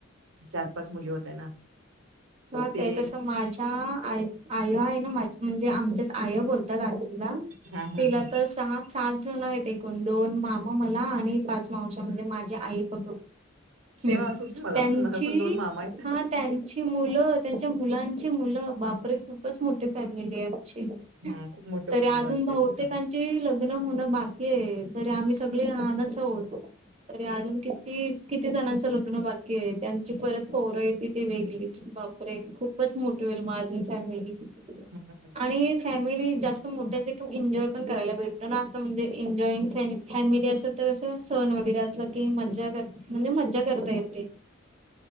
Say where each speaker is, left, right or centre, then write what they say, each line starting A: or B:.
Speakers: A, on the right; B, on the right.
A: चार पाच मुली होत ना. मग
B: ह
A: ते
B: काय तसं माझ्या आई आय आहे ना माझी म्हणजे आमच्याच आय बोलत. ला
A: हा हा
B: तिला
A: हा
B: तर सहा. सात जण आहेत एकूण दोन मामा मला आणि पाच मावच्या म्हणजे माझ्या आई प
A: सेम
B: हम्
A: असंच मला
B: त्यांची
A: पण मला पण दोन मामा आहेत
B: हा त्यां ची मुलं त्यांच्या मुलांची मुलं बापरे खूपच मोठी फॅमिली आहे आमची
A: हा खूप मोठं
B: तरी
A: कुटुंब
B: अजून
A: असेल
B: बहुतेकांची
A: हा.
B: लग्न होणं बाकी आहे तर आम्ही सगळे लहानच आहोत. तरी अजून किती किती जणांचं लग्न बाकी्य आहे त्यांची परत फोर य त ती वेगळी. बापरे खूपच मोठी होईल माझी फॅमिली
A: हम्म
B: आणि फॅमिली जास्त मोठ्या एन्जॉय पण करायला भेटतो ना असं म्हणजे एन्ॉइंग फॅ फॅमिली अस तर असं सण वगैरे असला की मज्जा कर म्हणजे मज्जा करता येते.